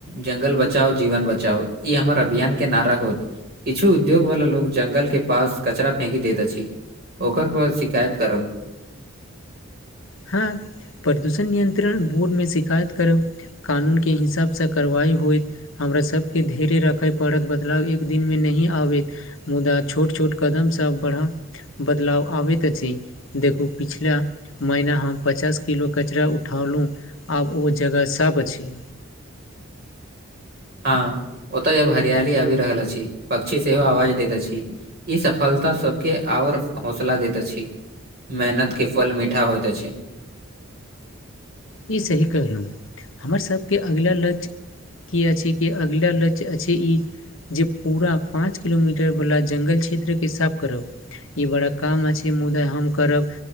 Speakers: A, on the right; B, on the left.
A: जंगल बचाओ जीवन बचाओ ई हमर अभियान के नारा होत किछु उद्योग वला लोग जंगल के पास कचरा फेक दैत अछि ओकर पर शिकायत करब
B: हँ प्रदूषण नियंत्रण बोर्डमे शिकायत करब कानून के हिसाबसँ कार्यवाइ होइत हमरासभके धैर्य रखय पड़त बदलाव एक दिनमे नहि आबैत मुदा छोट छोट कदमसभ बढ़ाउ बदलाव आबैत अछि देखू पिछिला महिना हम पचास किलो कचरा उठौलहुँ आब ओ जगह सब अछि
A: हँ ओतय जब हरियाली आबि रहल अछि पक्षी सेहो आवाज दैत अछि ई सफलता सब के आओर हौसला देैत अछि मेहनत के फल मीठा होयत अछि
B: ई सही कहलहुँ हमर सभके अगिला लक्ष्य की अछि कि अगिला लक्ष्य अछि ई जे पूरा पाँच किलोमीटर वाला जंगल क्षेत्र के साफ करब ई बड़ा काम अछि मुदा हम करब